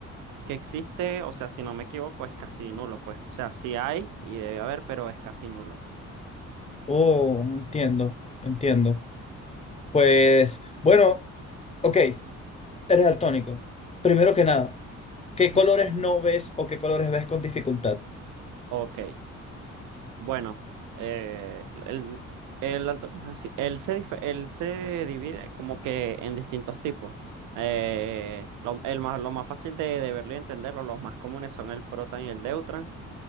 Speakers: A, on the right; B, on the left.
A: que existe, o sea, si no me equivoco, es casi nulo, pues. O sea, sí hay y debe haber, pero es casi nulo.
B: Oh, entiendo, entiendo. Pues, bueno, ok, eres daltónico. Primero que nada,
A: Ok.
B: ¿qué
A: Ujú.
B: colores no ves o qué colores ves con dificultad?
A: Ok. Bueno, eh, el, el daltonismo es así. Él se, dif- él se divide como que en distintos tipos. Eh, lo, el más, lo más fácil de, de verlo y entenderlo, los más comunes son el protan y el deutran.